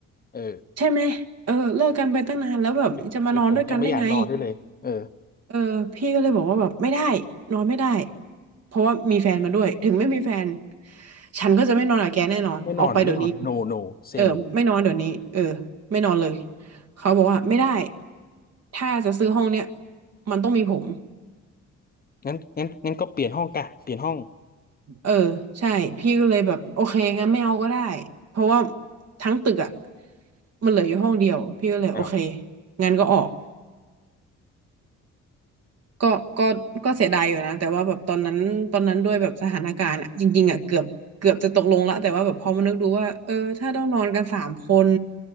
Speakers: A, on the left; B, on the right.
A: เออ
B: ใช่ไหมเออเลิกกันไปตั้งนานแล้วแบบจะมานอนด้วยกันได้ไง
A: เป็นเป็นผมยังไม่อยากนอนด้วยเลยเออ
B: เออพี่ก็เลยบอกว่าแบบไม่ได้นอนไม่ได้เพราะว่ามีแฟนมาด้วยถึงไม่มีแฟนฉันก็จะไม่นอนกับแกแน่นอนออกไปเดี๋ยวนี้
A: ไม่นอนไม่นอน no no say
B: เออไม่นอนเดี๋ยวนี้เออ
A: no
B: ไม่นอนเลยเขาบอกว่าไม่ได้ถ้าจะซื้อห้องเนี้ยมันต้องมีผม
A: งั้นงั้นงั้นก็เปลี่ยนห้องกะเปลี่ยนห้อง
B: เออใช่พี่ก็เลยแบบโอเคงั้นไม่เอาก็ได้เพราะว่าทั้งตึกอ่ะมันเหลืออยู่ห้องเดียวพี่ก็เลยโอเค
A: อ้าว
B: งั้นก็ออก ก็ก็ก็เสียดายอยู่นะแต่ว่าแบบตอนนั้น ตอนนั้นด้วยแบบสถานการณ์อะจริงๆอะเกือบเกือบจะตกลงละ แต่ว่าแบบพอมานึกดูว่าเออถ้าต้องนอนกันสามคน